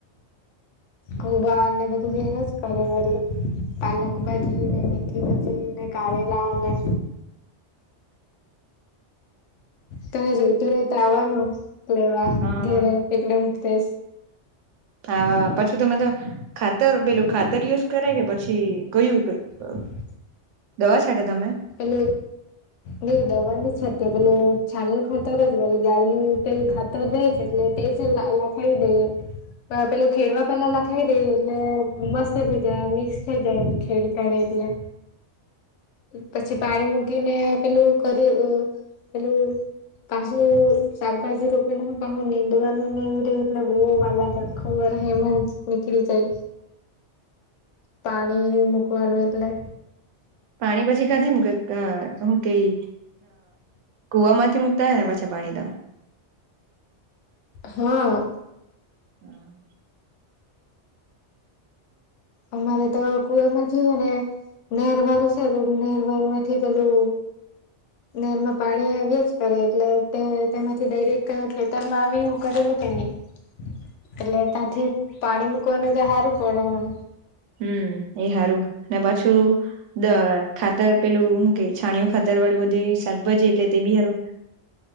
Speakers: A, on the left (about 85°); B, on the right (about 85°).
A: ગુવાર ને બધું ઘેર જ કરેરી પાલક ભાજી ને મેથી ભાજી ને કારેલાને તને જોવતોું રે તો આવવાનું લેવા
B: હા
A: ઘેરે એકદમ ફ્રેશ
B: હા, વા વા. પછી તમે તો ખાતર પેલું ખાતર યુઝ કરે કે પછી કયું?
A: હમ.
B: દવા છાટે તમે?
A: એલ. નઈ, દવાની ની છાટીએ. પેલુ છાણી ખાતર જ મા ગાય નું તો ખાતર રહે જ એટલે. તે જ લખાઈ દઈએ. પેલું ખેડવા પહેલા લખાઈ દે, એટલે મસ્ત થઈ જાય. મિક્સ થઈ જાય એમ ખેડી કાઢે. એટલે પછી પાણી મૂકીને પેલું કરી પેલું પાછું શાકભાજી રોપી ના, હું પાછું નિંદવાનું એ બો વાર લાગે. એમ જ નીકળી જાય. પાણી મુૂકવાનું એટલે
B: પાણી પછી ક્યાંથી? કે હું કઈ કુવા માંથી? ક્યાંના છે પાણી તો.
A: હા.
B: હમ.
A: અમારે તો કુવા માંથી હોય ને. નહેરવાળુ છે ને, નહેરવાળુ માંથી પેલું. નિર્મળ. પાણી વ્યસ્ત કરે એટલે તે તેમાંથી ડાયરેક્ટ ખેતરમાં આવી કરેલું કે નહીં? એટલે તથી પાણી મુકવાનું હારુ પડે એમ.
B: હમ, એ સારું ને. પાછું ખાતર પેલું કે છાણિયું? ખાતર વાળું બધી શાકભાજી એટલે તે બિહારું.